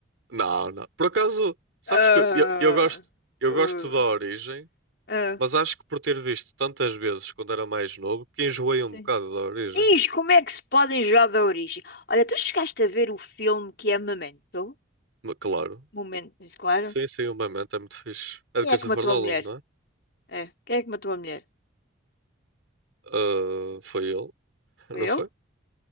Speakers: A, on the right (about 80°); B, on the left (about 55°).
A: Não, não. Por acaso, sabes
B: Ah,
A: que eu, eu gosto, eu
B: ah,
A: gosto da origem,
B: ah,
A: mas acho que por ter visto tantas vezes quando era mais novo, que enjoei
B: sim.
A: um bocado da origem.
B: Ih, como é que se podem jogar da origem? Olha, tu chegaste a ver o filme que é Memento?
A: Mas, Claro.
B: Momento, isso, claro.
A: Sim, sim, o Memento é muito fixe. É
B: Quem
A: de Christopher
B: é que matou
A: Nolan,
B: a mulher?
A: não é?
B: É, quem é que matou a mulher?
A: Ah, foi ele, <laughs>
B: Foi
A: não
B: eu?
A: foi?